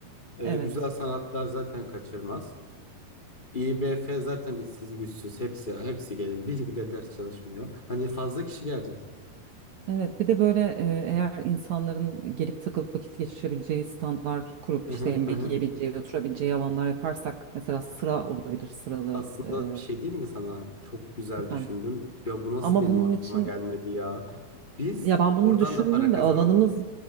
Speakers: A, on the left; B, on the right.
A: E,
B: Evet.
A: güzel sanatlar zaten kaçırmaz. İBF zaten işsiz güçsüz hepsi hepsi gelir. Biri bile ders çalışmıyor. Hani fazla kişi gelecek zaten.
B: Evet, bir de böyle e, eğer insanların gelip takılıp vakit geçirebileceği standlar kurup
A: Hı
B: işte
A: hı,
B: yemek
A: hı hı,
B: yiyebileceği,
A: hı hı.
B: oturabileceği alanlar yaparsak mesela sıra olabilir sıralı
A: Aslında
B: e,
A: bir şey diyeyim mi sana? Çok güzel
B: efendim.
A: düşündün. Ya bu nasıl
B: Ama
A: benim
B: bunun
A: aklıma
B: için
A: gelmedi ya? Biz
B: ya ben bunu
A: oradan
B: düşündüm
A: da para kazanalım.
B: de alanımız